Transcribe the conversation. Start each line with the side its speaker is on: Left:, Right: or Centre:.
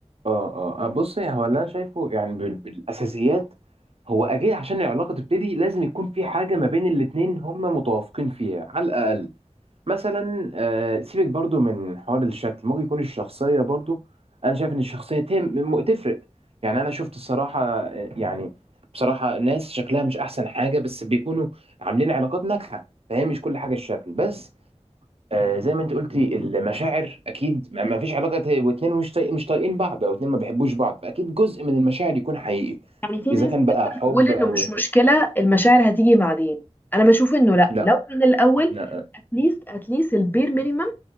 Right: اه اه آه، بص هو اللي انا شايفه يعني بال- بالاساسيات هو اكيد عشان العلاقه تبتدي لازم يكون في حاجه ما بين الاتنين هما متوافقين فيها على الاقل مثلا آه، سيبك برضو من حوار الشكل ممكن يكون الشخصيه برضو انا شايف ان الشخصيه تهم م- تفرق يعني انا شفت الصراحه آه، يعني بصراحه ناس شكلها مش احسن حاجه بس بيكونوا عاملين علاقات ناجحه فهي مش كل حاجه الشكل بس آه، زي ما انت قلتي المشاعر اكيد ما ما فيش علاقه ت- واتنين مش طايق مش طايقين بعض او اتنين ما بيحبوش بعض فاكيد جزء من المشاعر يكون حقيقي
Left: يعني في
Right: اذا
Left: ناس
Right: كان بقى حب
Left: بتقول إنه
Right: او
Left: مش
Right: اهت-
Left: مشكلة المشاعر هتيجي بعدين أنا بشوف إنه لأ
Right: لا
Left: لو من الأول
Right: لا
Left: أتليست أتليست البير مينيمم